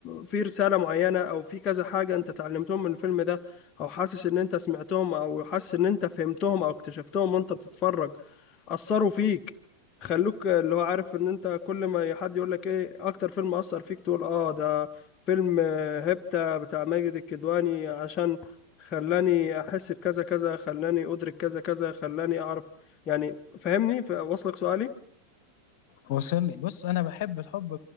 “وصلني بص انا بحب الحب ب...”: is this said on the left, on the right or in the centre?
Left